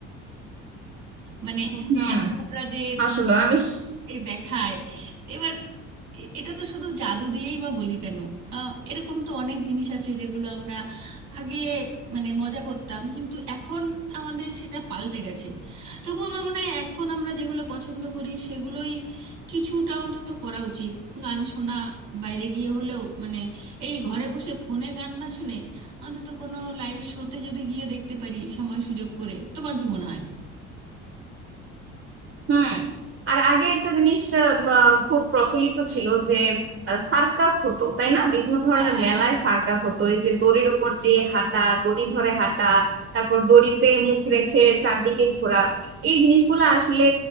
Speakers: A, on the right; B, on the right.
A: মানে
B: হুম
A: জাদুকররা যে বিভিন্ন
B: আসলে আমি
A: রকম
B: স-
A: এ দেখায় এবার এ- এটা তো শুধু জাদু দিয়েই বা বলি কেন আহ, এরকম তো অনেক জিনিস আছে যেগুলো আমরা আগে মানে মজা করতাম কিন্তু এখন আমাদের সেটা পাল্টে গেছে তবু আমার মনে হয় এখন আমরা যেগুলো পছন্দ করি সেগুলোই কিছুটা অন্তত করা উচিত গান শোনা বাইরে গিয়ে হলেও মানে এই ঘরে বসে ফোনে গান না শুনে অন্তত কোনো লাইভ শোতে যদি গিয়ে দেখতে পারি সময় সুযোগ করে তোমার কি মনে হয়
B: হুম আর আগে একটা জিনিস আহ, উম, আহ, খুব প্রচলিত ছিল যে সার্কাস হতো তাই না বিভিন্ন ধরনের
A: হ্যাঁ হ্যাঁ
B: মেলায় সার্কাস হতো এই যে দড়ির ওপর দিয়ে হাঁটা দড়ি ধরে হাঁটা তারপর দড়িতে মুখ রেখে চারদিকে ঘোরা এই জিনিসগুলো আসলে